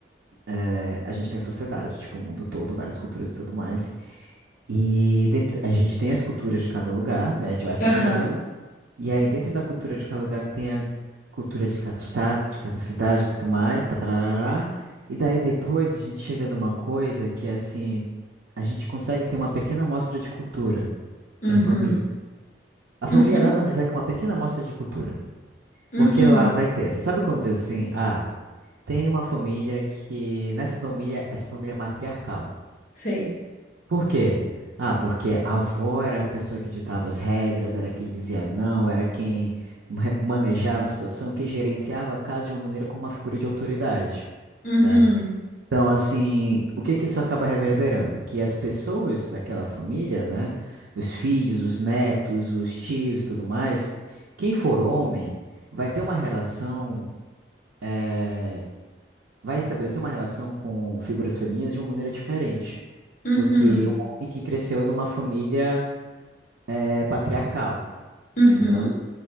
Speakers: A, on the right (about 85°); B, on the left (about 45°).
A: É, a gente tem a sociedade, tipo, o mundo todo, várias culturas e tudo mais. E dentro, a gente tem as culturas de cada lugar, né? A gente vai afunilando.
B: aham,
A: E aí, dentro da cultura de cada lugar, tem a cultura de cada estado, de cada cidade e tudo mais, tatarará. E daí, depois, a gente chega numa coisa que, é assim, a gente consegue ter uma pequena amostra de cultura,
B: uhum,
A: que é a família. A família
B: uhum,
A: nada mais é que uma pequena amostra de cultura.
B: uhum,
A: Porque lá vai ter, você sabe quando diz assim, ah, tem uma família que, nessa família, essa família é matriarcal.
B: sei,
A: Por quê? Ah, porque a avó era a pessoa que ditava as regras, era quem dizia não, era quem ma- manejava a situação, quem gerenciava a casa de uma maneira como uma figura de autoridade,
B: uhum,
A: né? Então, assim, o que que isso acaba reverberando? Que as pessoas daquela família, né? Os filhos, os netos, os tios e tudo mais, quem for homem vai ter uma relação, eh, vai estabelecer uma relação com figuras femininas de uma maneira diferente
B: uhum,
A: do que um homem que cresceu numa família, eh, patriarcal,
B: uhum,
A: entendeu?